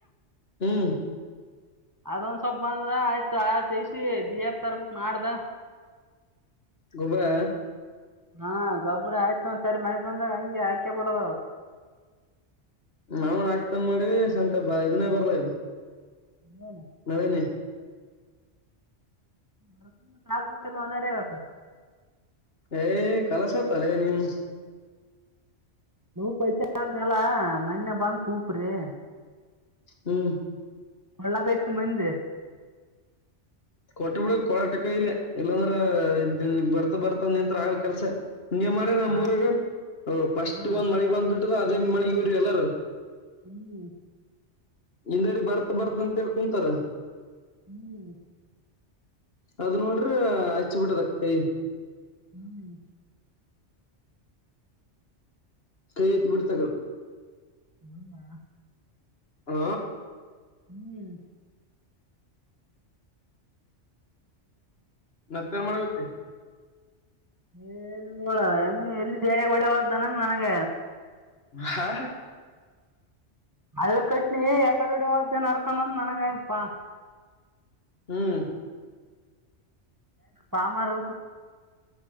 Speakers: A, on the left (about 55°); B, on the right (about 15°).
A: ಹ್ಮ್
B: ಅದೊಂದ ಸಲ್ಪ್ ಬಂದ ಆಯ್ತು ತಸಿ ಡಿ ಎಫ ತರ್ಬಕ್ ಮಾಡ್ದ
A: ಗುಬರ
B: ಹಾ ಗೊಬ್ರ ಆಯ್ತ ಒಂದ್ಸರಿ ಮಳಿ ಬಂದಾಗ ಹಂಗೆ ಆಯ್ಕೆ ಬಿಡದ
A: ನಾವ್ನಕ್ತಂದ್ ಮಾಡಿವಿ ಸಂಟ ಬ ಇದನ್ನೇ ಬರ್ಲಾ ಇದು
B: ಹ್ಮಣ
A: ನಳೆನೆ
B: ಹ ಬ ಆಗ್ಬೇಕು ಎಲ್ಲ ಅನಗಬೇಕ
A: ಏಯ್ ಕಲ ಸತ್ತಲ್ಲೇ ನೀನ್
B: ಪ ಆದನಲ್ಲ ಮೊನ್ನೆ ಬಂತ ಉಊಪ್ರಿ
A: ಹ್ಮ್
B: ಒಳ್ಳಗಯ್ತು ಮಂದೆ
A: ಕೊಟೆ ಬಿಡಕ್ ಕೊಳಾಟ ಕೈಲಿ ಇಲ್ಲಾಂದ್ರ ಇದನ್ ಬರ್ತ ಬರ್ತ ನಿಂತ್ ಆಗ್ಲ್ ಕೆಲ್ಸ ಹಂಗೆ ಮಾಡೇ ನಮ್ಮ್
B: ಆಗಲ್ಲ
A: ಊರಾಗ ಫಸ್ಟ್
B: ಹ್ಮ್
A: ಒಂದ್ ಮಳಿ ಬಂದ್ಬಿಟ್ಟದ ಅದೇ ಮಳಗ್ ಹೂರಿ ಎಲ್ಲಾರ
B: ಹ್ಮ್
A: ಹಿಂದೆಡಿ ಬರ್ತ್ ಬರ್ತ್ ಅಂತಿ ಕುಂತಾರ
B: ಹ್ಮ್
A: ಅದ ನೋಡ್ರಿ ಹಚ್ಚ ಬಿಟ್ಟದ ಅ ಕೈ
B: ಹ್ಮ್
A: ಕೈ ಯತ್ ಬಿಡ್ತಗಳ
B: ಹೌದಾ
A: ಆ
B: ಹ್ಮ್
A: ಮತ್ತೆರ್ ಮಾಡಗುತ್ತೆ
B: ಏನು ನೋಡ ಎಮ್ಮ ಎಲ್ಲಿ ಜ ಡ ಹೋದ್ದ ನಂಗ ನನಗ
A: ಹಾ
B: ಹಳ್ಳ ಕಟ್ನಿ ಯಾಕಾದೋಡಡಿ ಹದ್ದೇನ್ ಅರ್ಕಾನಂದ ನನಗಾಯಯಪ್ಪಾ
A: ಹ್ಮ್
B: ಪಾಮಾರ